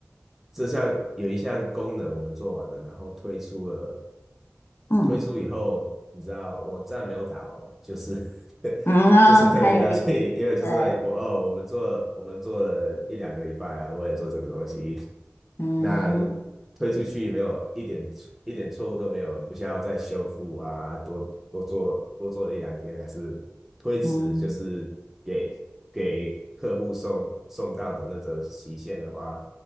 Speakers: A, in the centre; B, on the left (about 55°).
A: 这项有一项功能我们做完了，然后推出了
B: 嗯
A: 推出以后，你知道网站没有倒，就是 <laughs>
B: 嗯啊可以对，
A: 就是特别高兴，因为就是我哦，
B: 解，
A: 我们做了我们做了一两个礼拜啊，我也做这个东西，
B: 嗯
A: 那如推出去没有一点一点错误都没有，不需要再修复啊，多多做多做了一两天，还是推迟，
B: 嗯
A: 就是给给客户送送到的那个期限的话，